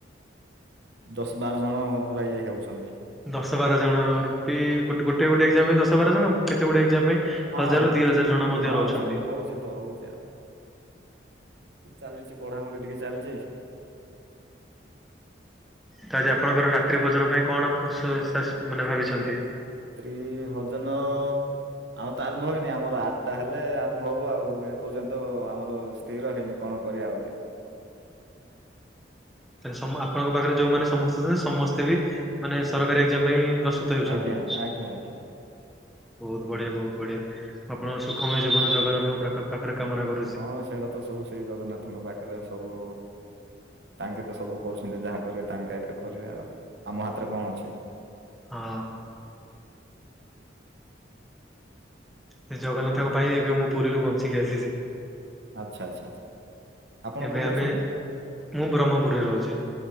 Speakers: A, on the right; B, in the centre.
A: ଦଶ ବାର ଜଣ ପୁରା ଇଏ ହେଉଛନ୍ତି
B: ଦଶ ବାର ଜଣ ରୂପି ଗୋ ଗୋଟେ ଗୋଟେ ଏକ୍ଜାମ ପାଇଁ ଦଶ ବାର ଜଣ କେତେ ଗୋଟେ ଏକ୍ଜାମ ପାଇଁ
A: ହଁ
B: ହଜାରରୁ
A: ହଁ
B: ଦି ହଜାର ଜଣ ମଧ୍ୟ
A: ହଁ
B: ରହୁଛନ୍ତି।
A: ସେମିତି ହଉଛି ତ ହଉଛି ଆ ଚାଲିଛି ପଢାପଢି ଟିକେ ଚାଲିଛି।
B: ତ ଆଜି ଆପଣଙ୍କର ରାତ୍ରି ଭୋଜନ ପାଇଁ କଣ ପ୍ରୋସାସ୍ ମାନେ ଭାବିଛନ୍ତି?
A: ତ୍ରି ଭୋଜନ ଆଉ ତ ଆରମ୍ଭ ହେଇନି ଆମର ଆଠଟା ହେଲେ ଆରମ୍ଭ ହବ ଆଉ ଏପର୍ଯ୍ୟନ୍ତ ଆମର ସ୍ଥିର ହେଇନି କଣ କରିବା ବୋଲି।
B: ତାହେଲେ ସମ ଆପଣଙ୍କ ପାଖରେ ଯୋଉମାନେ ସମସ୍ତେ ଅଛନ୍ତି ସମସ୍ତେ ବି ମାନେ
A: ଆଜ୍ଞା
B: ସରକାରୀ ଏକ୍ଜାମ ପାଇଁ ପ୍ରସ୍ତୁତ ହେଉଛନ୍ତି।
A: ଆଜ୍ଞା ଆଜ୍ଞା ଆଜ୍ଞା ଆଜ୍ଞା
B: ବହୁତ ବଢିଆ ବହୁତ ବଢିଆ ଆପଣଙ୍କ
A: ହଁ।
B: ସୁଖମୟ ଜୀବନ ଜଗନ୍ନାଥଙ୍କ ପ୍ରାଖ ପାଖରେ କାମନା କରୁ
A: ହଁ ସେଇଟା ତ ସବୁ ସେଇ ଜଗନ୍ନାଥଙ୍କ ପାଖରେ ସବୁ ତାଙ୍କେ ତ ସବୁ କରୁଛନ୍ତି ଯାହା କରିବେ ତାଙ୍କେ ଏକା କରିବେ ଆଉ ଆମ ହାତରେ କଣ ଅଛି।
B: ହଁ। ସେ ଜଗନ୍ନାଥଙ୍କ
A: ଆଚ୍ଛା
B: ପାଇଁ ଏବେ ମୁଁ ପୁରୀରୁ ବଞ୍ଚିକି ଆସିଛି।
A: ଆଚ୍ଛା ଆଚ୍ଛା ଆଚ୍ଛା। ଆପଣ
B: ଏବେ
A: କୋଉଠି
B: ଆମେ
A: ଅଛନ୍ତି
B: ମୁଁ ବ୍ରହ୍ମପୁରରେ ରହୁଚି।